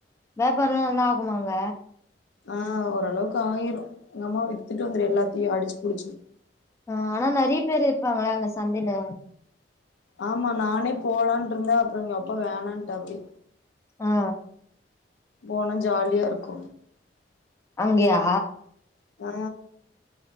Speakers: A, on the left (about 15°); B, on the left (about 75°).
A: வியாபாரல்லா நல்லா ஆகுமா அங்க
B: அ ஓரளவுக்கு ஆயிரு எங்க அம்மா வித்துட்டு வந்துரு எல்லாத்தையோ அடிச்சு புடிச்சு
A: அ ஆனா நறைய பேரு இருப்பாங்கள அங்க சந்தையில
B: ஆமா நானே போலான்ருந்த அப்றோ எங்க அப்பா வேணான்ட்டாப்புடி
A: அ அ
B: போனா ஜாலியாருக்கு
A: அங்கேயா
B: அ